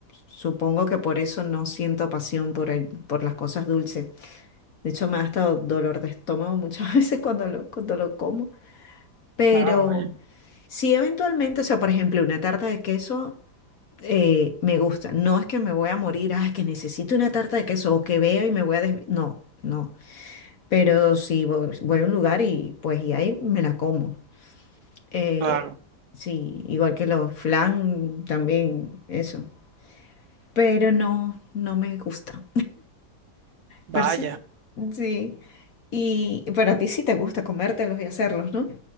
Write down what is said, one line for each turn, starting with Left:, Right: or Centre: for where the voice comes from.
Left: supongo que por eso no siento pasión por el, por las cosas dulces. De hecho, me ha estado dolor de estómago muchas <laughs> veces cuando lo, cuando lo como. Pero
Right: Ah, vaya.
Left: si eventualmente, o sea, por ejemplo, una tarta de queso eh, me gusta. No es que me voy a morir, ay, que necesito una tarta de queso o que veo y me voy a des- No, no. Pero si voy, voy a un lugar y pues y ahí me la como. Eh,
Right: Claro.
Left: sí, igual que los flan también, eso. Pero no, no me gusta.
Right: Vaya.
Left: Pero sí, sí. Y pero a ti sí te gusta comértelos y hacerlos, ¿no?